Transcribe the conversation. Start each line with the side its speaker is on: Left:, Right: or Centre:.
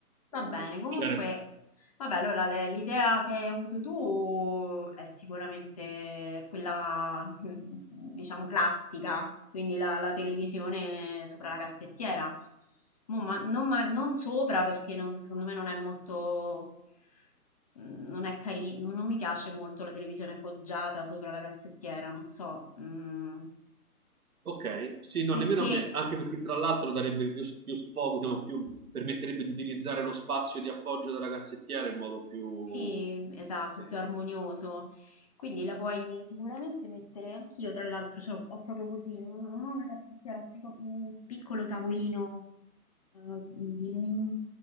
Right: Eh,
Left: Va bene, comunque,
Right: c'era-
Left: vabbè, allora le- l'idea che hai avuto tu è sicuramente quella, <laughs> diciamo, classica, quindi la, la televisione sopra la cassettiera. Mo ma- non, ma- non sopra perché non- secondo me non è molto, mm, non è carino, non mi piace molto la televisione poggiata sopra la cassettiera, non so, mm,
Right: Ok, sì, no,
Left: perché
Right: nemmeno a me, anche perché tra l'altro darebbe più, più sfogo, diciamo, più- permetterebbe di utilizzare lo spazio di appoggio della cassettiera in modo più
Left: Sì, esatto,
Right: intelligente.
Left: più armonioso. Quindi la puoi sicuramente mettere anch'io, tra l'altro, c'ho- ho proprio così, non non ho una cassettiera, ho pico- un piccolo tavolino eh, di legno